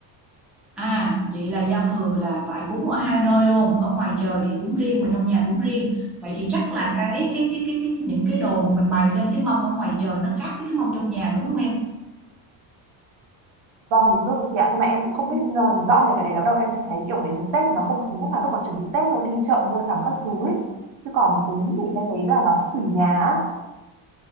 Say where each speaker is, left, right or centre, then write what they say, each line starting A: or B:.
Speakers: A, in the centre; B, on the right (about 70°).
A: à vậy là giao thừa là phải cúng ở hai nơi luôn ở ngoài trời thì cúng riêng mà trong nhà cúng riêng vậy thì chắc là cái cái cái cái, cái những cái đồ mà mình bày lên cái mâm ở ngoài trời nó khác với cái mâm trong nhà đúng không em
B: vâng đúng rồi chị ạ nhưng mà em cũng không biết ờ, rõ về cái đấy lắm đâu em chỉ thấy kiểu đến Tết nó không khí nhất là lúc mà chuẩn bị Tết thôi đi chợ mua sắm các thứ ấy. chứ còn cúng thì em thấy là nó cũng tùy nhà á.